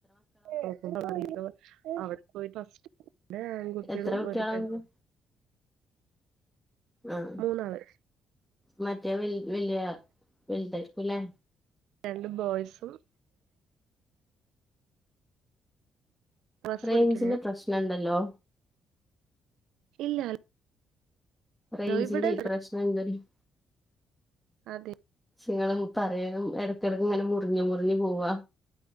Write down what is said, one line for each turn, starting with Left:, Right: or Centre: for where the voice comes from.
Right: <unintelligible> അവിടെ പോയി ഫസ്റ്റ്. ഇടെ ആൺകുട്ടികളും
Centre: എത്ര കുട്ടികളാ
Right: ഒരു പെണ്ണും.
Centre: ഇങ്ങക്ക് ആഹ്
Right: മൂന്നാള്.
Centre: മറ്റേ വിൽ വില്യ വിൽതാർകുലെ
Right: രണ്ട് ബോയ്സും. സ്
Centre: റേഞ്ചിന്റെ
Right: പടിക്കുന്നു
Centre: പ്രശ്നണ്ടല്ലോ
Right: ഇല്ല. ഹലോ
Centre: റേഞ്ച്ൻ്റെ
Right: ഇവിടെ
Centre: ഈ പ്രശ്ന ഇണ്ട്.
Right: അതെ
Centre: ങ്ങളും പറയനു എടക്കിടക്ക് ഇങ്ങനെ മുറിഞ്ഞ മുറിഞ്ഞു പോവാ.